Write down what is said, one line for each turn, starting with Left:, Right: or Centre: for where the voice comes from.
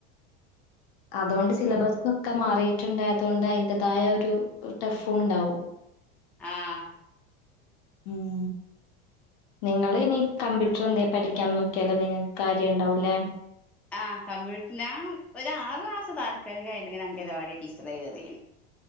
Left: അതുകൊണ്ട് സിലബസ് ഒക്കെ മാറിയിട്ടുണ്ടായതുകൊണ്ട് അതിന്റേതായ ഒരു ടഫും ഉണ്ടാവും.
Centre: ആഹ
Left: ഉം നിങ്ങൾ ഇനി കമ്പ്യൂട്ടർ എന്ത പഠിക്കാ നോക്കിയാലോ നിങ്ങക്ക് കാര്യം ഉണ്ടാവൂല്ലേ?
Centre: ആഹ കമ്പ്യൂട്ടറി ഒ ഒരു ആ മാസം താൽക്കാലികയിണ്ടെങ്കിൽ അംഗവാടി ടീച്ചർായി കയറിന്ന്